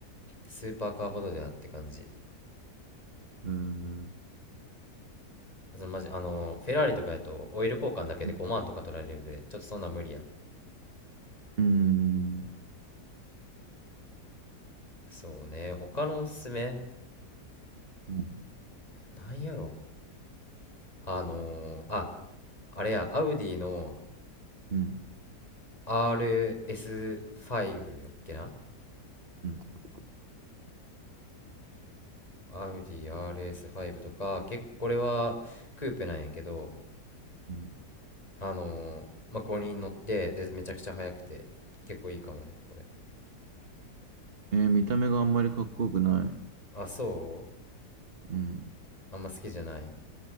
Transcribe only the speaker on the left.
スーパーカーほどではって感じ
そのマジあのフェラーリとかやとオイル交換だけで5万とか取られるでちょっとそんなん無理やん
そうね他のおすすめ
なんやろあのーああれやアウディの
RS5 やっけな
アウディ RS5 とか結構これはクーペなんやけど
あのーまあ、5人乗ってでめちゃくちゃ速くて結構いいかもねこれ
あそう
あんま好きじゃない